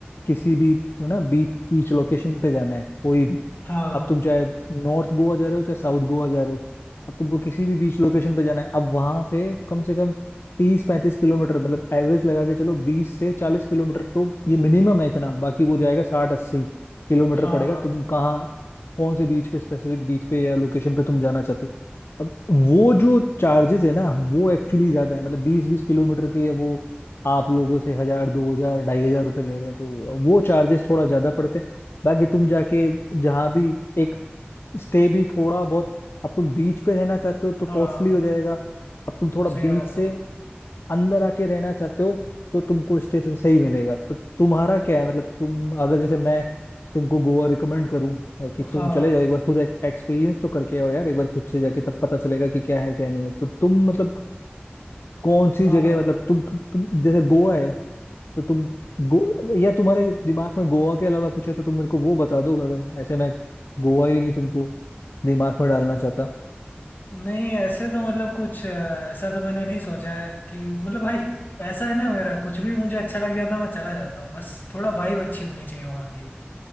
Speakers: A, on the left; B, on the left.
A: किसी भी यू ना बीच बीच लोकेशन पे जाना है कोई भी
B: हाँ
A: अब तुम चाहे नॉर्थ गोवा जा रहे हो चाहे साउथ गोवा जा रहे हो अब तुमको किसी भी बीच लोकेशन पे जाना है अब वहां से कम से कम तीस पैंतीस किलोमीटर मतलब एवरेज लगा के चलो बीस से चालीस किलोमीटर तो ये मिनिमम है इतना बाकी वो जाएगा साठ अस्सी किलोमीटर
B: हाँ
A: पड़ेगा
B: हाँ
A: तुम कहाँ कौन से बीच पे स्पेसिफिक बीच पे या लोकेशन पे तुम जाना चाहते हो अब वो जो चार्जेस है ना वो एक्चुअली ज्यादा है मतलब बीस बीस किलोमीटर के वो आप लोगों से हजार दो हजार ढाई हजार रुपये ले रहे हैं तो वो चार्जेस थोड़ा ज्यादा पड़ते हैं बाकी तुम जाके जहाँ भी एक स्टे भी थोड़ा बहुत अब तुम बीच पे रहना चाहते हो तो कॉस्टली
B: हाँ
A: हो जाएगा अब तुम थोड़ा बीच
B: सही बात
A: से
B: है
A: अंदर आके रहना चाहते हो तो तुमको स्टे फिर सही मिलेगा तो तुम्हारा क्या है मतलब तुम अगर जैसे मैं तुमको गोवा रिकमेंड करूं अ, कि तुम
B: हाँ
A: चले जाओ एक बार खुद एक्सपीरियंस तो करके आओ यार एक बार खुद से जाके तब पता चलेगा कि क्या है क्या नहीं है तो तुम मतलब कौन सी
B: हाँ
A: जगह मतलब तुम तुम, तुम जैसे गोवा है तो तुम गो या तुम्हारे दिमाग में गोवा के अलावा कुछ है तो तुम मेरे को वो बता दो अगर ऐसे मैं गोवा ही नहीं तुमको दिमाग में डालना चाहता
B: नहीं ऐसे तो मतलब कुछ अ, ऐसा तो मैंने नहीं सोचा है कि मतलब भाई ऐसा है ना मेरा कुछ भी मुझे अच्छा लग जाता है मैं चला जाता हूँ बस थोड़ा वाइब अच्छी होनी चाहिए वहाँ की